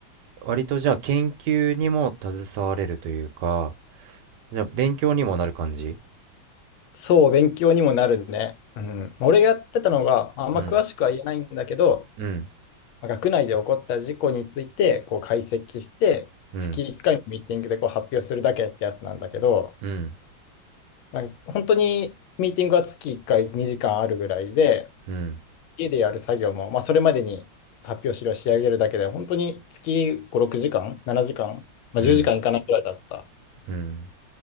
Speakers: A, on the right; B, on the left.
A: 割とじゃあ研究にも携われるというか、じゃあ勉強にもなる感じ
B: そう、勉強にもなるね。うん。まあ俺がやってたのが、まああんま詳しくは言えないんだけど、
A: うん、うん、
B: まあ学内で起こった事故についてこう解析して、
A: うん、
B: 月1回のミーティングでこう発表するだけってやつなんだけど、
A: うん、
B: まあ本当にミーティングは月1回2時間あるぐらいで、
A: うん、
B: 家でやる作業も、まあ、それまでに発表資料を仕上げるだけで、本当に月5、6時間、7時間、まあ、
A: うん、
B: 10時間いかないぐらいだった
A: うん。